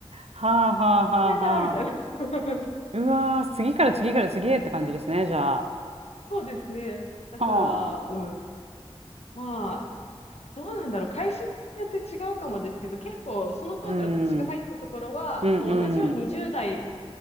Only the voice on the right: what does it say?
はあはあはあはあ。
うわー、次から次から次へって感じですね、じゃあ。
はあ。
うん、うんうん。